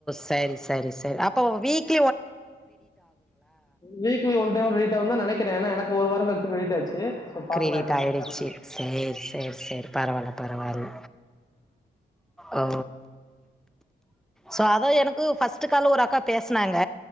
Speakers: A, in the centre; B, on the left.
A: சரி சரி சரி அப்ப வீக்
B: வீக்லி ஒன் டைம் ரிவிட் ஆவுன்தா நெனக் கிறே ஏன்னா எனக்கு ஒரு வாரம் கழிச்சு கிரெடிட் ஆச்சு ஸோ பார்க்கலாம்
A: கிரடிட்
B: என்ன
A: ஆயிடுச்சு
B: தெரியல
A: சேரி சேரி சேரி பரவால்ல பரவால்ல ஓ சோ அத எனக் கு பஸ்ட்டு காலு ஒரு அக்கா பேசினாங்க